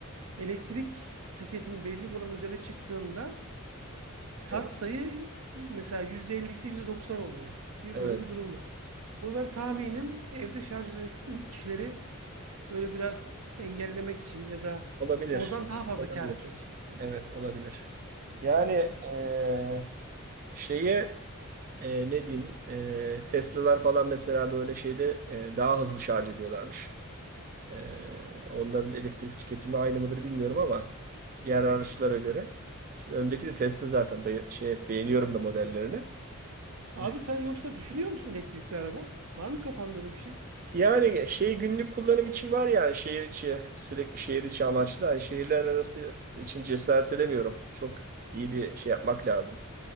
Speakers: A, on the right; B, on the right.
A: elektrik tüketimi belli bir oranın üzerine çıktığında katsayı
B: Evet,
A: mesela %50 ise %90 oluyor gibi
B: evet.
A: böyle bir durum var. Bunu ben tahminim evde şarj eden is- kişileri böyle biraz engellemek için ya da
B: Olabilir.
A: oradan daha fazla
B: Olabilir.
A: kâr etmek için diyeyim.
B: Evet, olabilir. Yani
A: Böyle bir şey.
B: e, şeye e, ne diyeyim e, Tesla'lar falan mesela böyle şeyde e, daha hızlı şarj ediyorlarmış. E, onların elektrik tüketimi aynı mıdır bilmiyorum ama diğer araçlara göre. Şimdi öndeki de Tesla zaten Be- şey beğeniyorum da modellerini.
A: Abi
B: E,
A: sen yoksa düşünüyor musun elektrikli araba? Var mı kafanda öyle bir şey?
B: yani şey günlük kullanım için var yani şehir içi sürekli şehir içi amaçlı. Hani şehirler arası için cesaret edemiyorum. Çok iyi bir şey yapmak lazım.